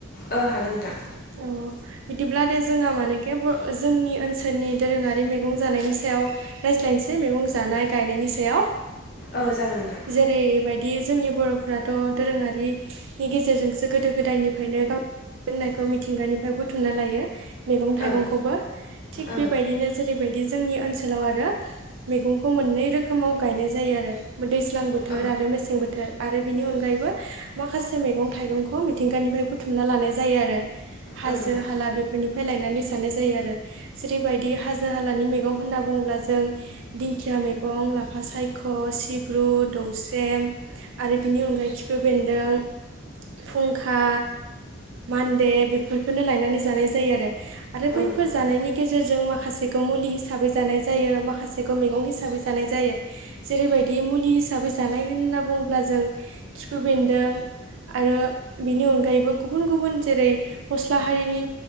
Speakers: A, on the left (about 45°); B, on the right (about 65°).
A: ओ हागोन नोंथां।
B: औ। अह बिदिब्ला दे जोंहा मानेखे ब जोंनि ओनसोलनि दोरोङारि मैगं जानायनि सायाव रायज्लायनोसै मैगं जानाय गायनायनि सायाव।
A: औ जागोन नोंथां
B: जेरैबाय दि जोंनि बर'फोराथ' दोरोङारिनि गेजेरजोंसो गोदो गोदायनिफायनो गाव होननायखौ मिथिंगानिफ्राय बुथुमना लायो। मैगं थाइगंखौबो।
A: औ
B: थिग
A: औ
B: बेबायदिनो जेरैबाय दि जोंनि ओनसोलाव आरो मैगंखौ मोननै रोखोमाव गायनाय जायो आरो। दैज्लां बोथोर
A: औ
B: आरो मेसें बोथोर। आरो बेनि अनगायैबो माखासे मैगं थाइगंखौ मिथिंगानिफ्राय बुथुमना लानाय जायो आरो। हाजो
A: नोंथां
B: हाला बेफोरनिफाय लायना नै जानाय जायो आरो। जेरैबायदि हाजो हालानि मैगं होनना बुङोब्ला जों दिंखिया मैगं गं, लाफा सायख', सिब ब्रु, दौस्रेम आरो बेनि खिफो बेन्दों, फुंखा, मान्दे बेफोरखोनो लायनानै जानाय जायो आरो। आरो बैफोर
A: औ नोंथां औ नोंथां
B: जानायनि गेजेरजों मा खासेखौ मुलि हिसाबै जानाय जायो, माखासेखौ मैगं हिसाबै जानाय जायो। जेरैबाय दि मुलि हिसाबै जानाय होनना बुङोब्ला जों खिफो बेन्दों, आरो बिनि अनगायैबो गुबुन गुबुन जेरै फस्ला हारिनि